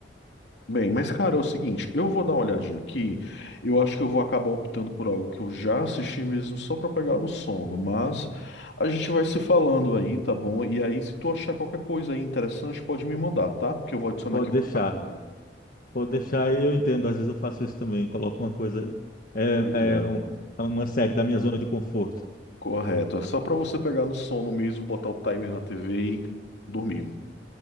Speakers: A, on the left; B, on the left.
A: Bem, mas cara, é o seguinte, eu vou dar uma olhadinha aqui. Eu acho que eu vou acabar optando por algo que eu já assisti mesmo só pra pegar no sono, mas a gente vai se falando aí, tá bom? E aí, se tu achar qualquer coisa aí interessante, pode me mandar, tá? Porque eu vou adicionar
B: Pode
A: aqui
B: deixar.
A: no meu catálogo.
B: Pode deixar, eu entendo. Às vezes eu faço isso também. Coloco uma coisa, é,
A: Pois
B: é
A: é,
B: um- é uma série da minha zona de conforto.
A: correto. É só pra você pegar no sono mesmo, botar o timer na TV e dormir.